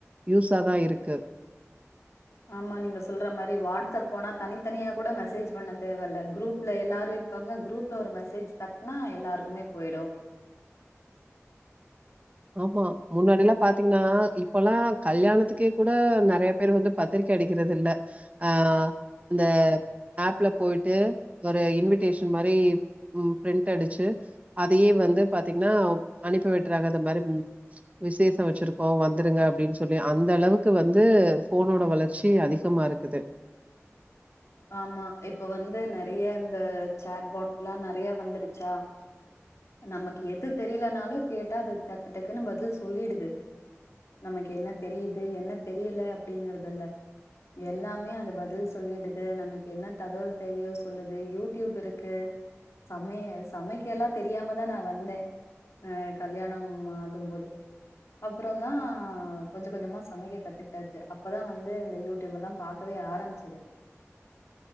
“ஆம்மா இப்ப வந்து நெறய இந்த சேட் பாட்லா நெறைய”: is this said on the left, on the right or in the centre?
Left